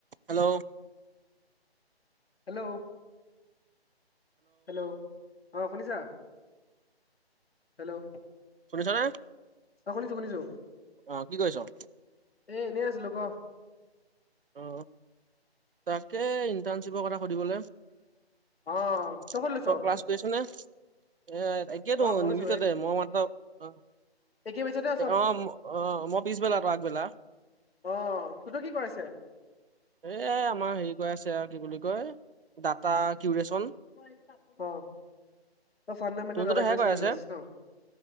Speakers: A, on the right; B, on the left.
A: Hello.
B: Hello hello অ শুনিছা hello
A: শুনিছা নে?
B: অঁ শুনিছো শুনিছো।
A: অঁ কি কৰিছ।
B: এ এনেই আছিলো ক
A: অ তাকে ইণ্টাৰ্ণশ্বিপৰ কথা সুধিবলে
B: অ
A: তই
B: ক'ত লৈছ
A: ক্লাছ কৰিছনে এ ত তাকেইতো
B: অ কৰিছো
A: মিনিটতে মই ত অঁ
B: দেখি পাইছে ত
A: অঁ অঁ মই পিছবেলা তই আগবেলা
B: অঁ তোৰতো কি কৰাইছে
A: এই আমাৰ হেৰি কয় আছে আৰু কি বুলি কয় ডাটা কিউৰেচন
B: অঁ ফাডামেণ্টেল দাতা ক্ৰিয়েচন
A: তহঁতৰতো
B: এনিৰিয়াইলেচন
A: সেয়াই কৰাই আছে
B: ন